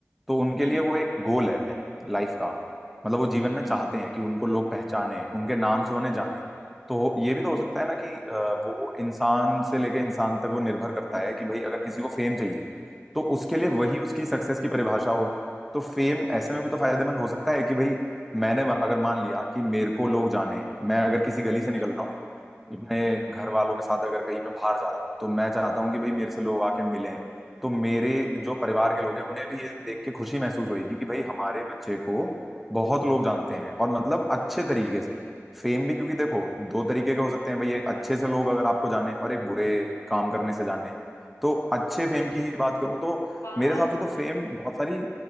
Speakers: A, in the centre; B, on the left.
A: तो उनके
B: हम्म
A: लिए वो एक गोल है लाइफ का मतलब वो जीवन
B: हम्म
A: में चाहते हैं कि उनको लोग पहचाने उनके नाम से उन्हें जाने तो ये भी
B: हम्म
A: तो हो सकता है ना कि अ, वो इंसान से लेके इंसान तक वो निर्भर करता है कि भाई अगर किसी को फेम चाहिए तो उसके
B: हम्म
A: लिए वही उसकी सक्सेस की परिभाषा हो तो फेम ऐसे में भी तो फायदेमंद हो सकता है कि भाई मैंने अगर मान लिया कि मेरे को लोग जाने मैं अगर किसी गली
B: हम्म
A: से निकल
B: हम्म
A: रहा हूँ अपने
B: हम्म, हम्म।
A: घर वालों के साथ अगर कहीं मैं बाहर जा रहा हूँ तो मैं चाहता हूँ कि भाई मेरे से लोग आके मिलें तो मेरे जो परिवार के लोग हैं उन्हें भी ये देख के खुशी महसूस होगी कि भाई हमारे बच्चे को बहुत लोग जानते हैं और मतलब अच्छे तरीके से फेम भी क्योंकि देखो दो तरीके के हो सकते हैं भाई एक अच्छे से लोग अगर आपको जाने और एक बुरे काम करने से जाने तो अच्छे फेम की ही बात करूं तो
B: बात
A: मेरे हिसाब से तो फेम बहुत सारी